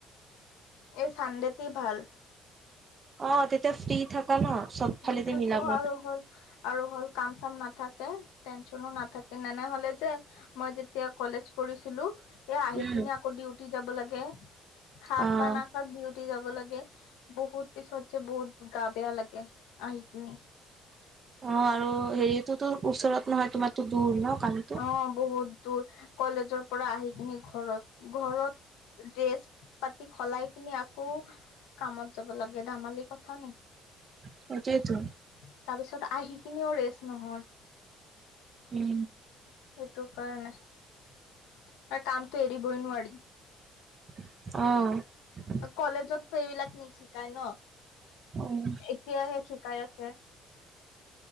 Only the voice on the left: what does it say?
এই চানডেতেই ভাল।
ফ্ৰী থাকো
আৰু হ'ল আৰু হ'ল, কাম চাম নাথাকে, টেনচনো নাথাকে। সনেনে হ'লে যে মই যেতিয়া কলেজ পঢ়িছিলো এই আহি
কিনে আকৌ ডিউটি যাব লাগে, খাক
বা নাখাক ডিউটি যাব লাগে। বহুত পিছত যে বহুত গা বেয়া লাগে আহি কিনি।
অ', বহুত দূৰ কলেজৰ পৰা আহি কিনি ঘৰত ঘৰত ড্ৰেছ পাতি খলাই কিনি আকৌ কামত যাব লাগে ধামালি কথা নেকি
তাৰপিছত আহি কিনেও ৰেষ্ট নহয়
এইটো কাৰ নে আৰু কামটো এৰি বই নোৱাৰি
কলেজতো এইবিলাক ন শিকায় ন
এতিয়াহে শিকাই আছে